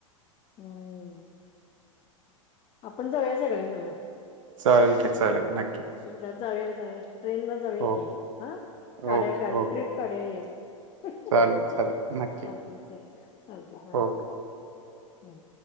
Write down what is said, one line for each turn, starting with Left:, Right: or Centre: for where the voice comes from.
Left: हम्म. आपण जाऊया सगळे मीळुन.
Right: चालेल की चालेल नक्की.
Left: एकदा जाऊया जाऊया, ट्रेन न जाऊया
Right: ओके
Left: की, हा काढुया
Right: ओके
Left: काढुया
Right: ओके
Left: ट्रिप काढुया एक. चालतय,
Right: चालेल चालेल नक्की
Left: चालतय, चालतय, चालतय
Right: ओके
Left: हम्म.